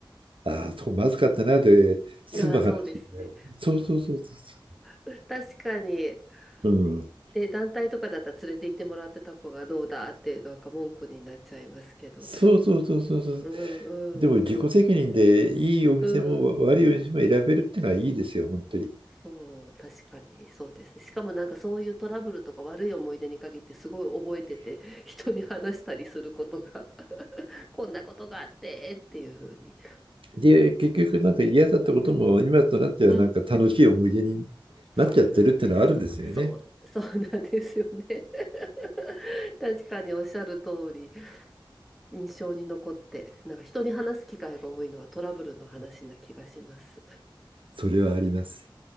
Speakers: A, on the right; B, in the centre.
A: ああ、そこまずかったなで済む話ね。
B: ん。ああー、そうですね。
A: そうそうそうそうそ
B: <laughs> 確かに。
A: う。うん。
B: で、団体とかだったら連れて行ってもらってた子がどうだってなんか文句になっちゃいますけど。
A: そうそうそうそうそう。
B: うんうんうん
A: でも自己責任でいいお店も悪いお店も選べるっていうのはいいですよ、
B: うん。
A: 本当に。
B: そう、確かにそうですね。しかもなんかそういうトラブルとか悪い思い出に限ってすごい覚えてて、<laughs> 人に話したりすることが <laughs> こんなことがあってっていうふうに。
A: で、結局なんか嫌だったことも今となってはなんか楽しい思い出に
B: うん、
A: なっちゃってるっていうのはあるんですよね。
B: そうなんですよね。そう、そうなんですよね。<laughs> 確かにおっしゃる通り、印象に残って、なんか人に話す機会が多いのはトラブルの話な気がします。
A: それはあります。